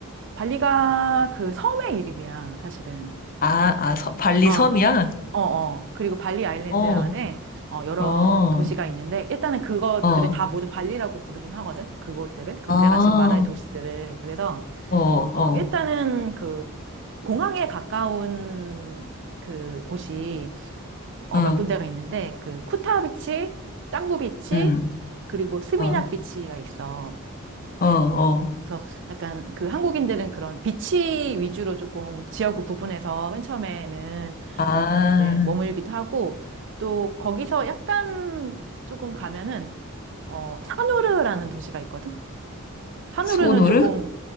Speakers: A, on the right; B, on the left.
A: 발리가 그 섬의 이름이야, 사실은.
B: 아, 아, 서, 발리
A: 어,
B: 섬이야?
A: 어, 어. 그리고 발리 아일랜드
B: 어,
A: 안에 어, 여러
B: 어,
A: 도시가 있는데 일단은 그것들을
B: 어,
A: 다 모두 발리라고 부르긴 하거든. 그것들을 그
B: 아,
A: 내가 지금 말할 도시들을 그래서
B: 어, 어,
A: 어, 일단은 그 공항에 가까운 그 곳이 어,
B: 응,
A: 몇 군데가 있는데 그 쿠타 비치, 짱구 비치,
B: 응,
A: 그리고 스미냑
B: 어,
A: 비치가 있어.
B: 어, 어.
A: 그래서 약간 그 한국인들은 그런 비치 위주로 조금 지역을 구분해서 맨 처음에는
B: 아,
A: 어 이제 머물기도 하고 또 거기서 약간 조금 가면은 어 사누르라는 도시가 있거든. 사누르는
B: 소노르?
A: 조금